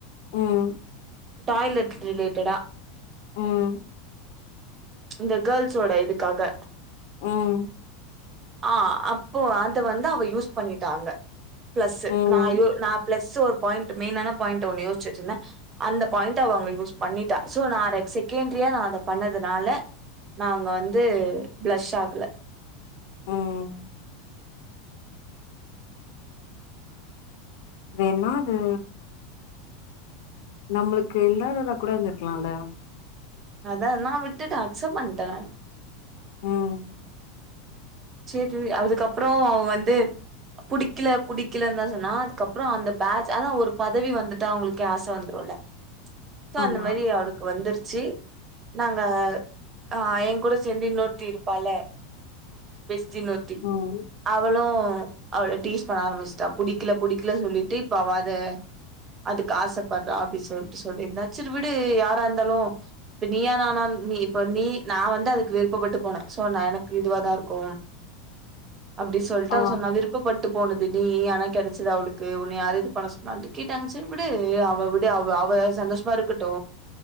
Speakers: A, on the left (about 60°); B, on the right (about 20°).
A: ம்
B: டாய்லெட் ரிலேட்டடா
A: ம்
B: இந்த கேர்ள்ஸ் சோட இதுக்காக
A: ம்
B: ஆ அப்போ அத வந்து அவ யூஸ் பண்ணிட்டா அங்க பிளஸ்
A: ம்,
B: நா யோ நா பிளஸ் ஓ பாயிண்ட் மெயினான பாயண்ட் ஒன்னு யோசுச்சு வச்சுந்தே அந்த பாயிண்ட்ட அவ அங்க‌ யூஸ் பண்ணிட்டா சோ நா ர செகண்ட்ரியா நா அத பண்ணதுனால நா அங்க வந்து பிளஷ் ஆகல
A: ம். வேண்ணா அது நம்மளுக்கு இல்லாததா கூட இருந்துருக்கலால்ல
B: அதா நா விட்டுடே அச்செப்ட் பண்டே நானு
A: ம்
B: சேரி அதுக்கப்றொ அவ வந்து புடிக்கல புடிக்கலன்தா சொன்னா அதுக்கப்புறொ அந்த பேட்ஜ் அதா ஒரு பதவி வந்துட்டா அவுங்களுக்கே ஆச வந்துருல்ல சோ
A: ஆமா.
B: அந்த மாரி அவளுக்கு வந்துரு ச்சு நாங்க ஆ எ கூட சேந்து இன்னொருத்தி இருப்பால பெஸ்டின் ஒருத்தி
A: ம்.
B: அவளு அவள டீஸ் பண்ண ஆரம்பிச்ட்டா புடிக்கல புடிக்கல சொல்லிட்டு இப்ப அவ அத அதுக்கு ஆசப்பர்றா அப்டி சொல்ட்டு சொல்லிருந்தா செரி விடு யாரா இருந்தாலு இப்ப நீயா நானா நீ இப்ப நீ நா வந்து அதுக்கு விருப்பப்பட்டு போனே சோ நா எனக்கு இதுவா தா இரு க்கும் அப்டி சொல்ட்டு
A: ஆ.
B: அவ சொன்னா விருப்பப்பட் டு போனது நீ ஆனா கெடச்சது அவளுக்கு உன்ன யாரு இது பண்ண சொன்னான்ட்டு கேட்டாங்க செரி விடு அவ விடு அவ அவ சந்தோஷமா இருக்கட்டு